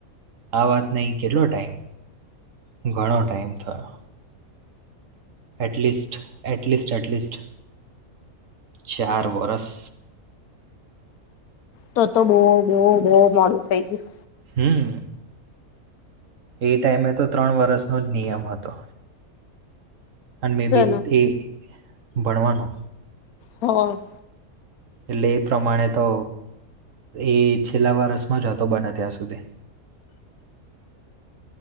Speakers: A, on the right; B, on the left.
A: આ વાત નઈ કેટલો ટાઈમ. ઘણો ટાઈમ થયો. એટલીસ્ટ એટલીસ્ટ એટલીસ્ટ ચાર વરસ.
B: તો તો બહુ બહુ બહુ મોડું થઈ ગયું.
A: હમ્મ! એ ટાઈઇમે તો ત્રણ વરષનો જ નિયમ હતો. અને મે
B: શેનું
A: બીથી ભણવાનો.
B: હો.
A: એટલે એ પ્રમાણે તો એ છેલ્લા વરસમાં જ હતો બને ત્યાં સુધી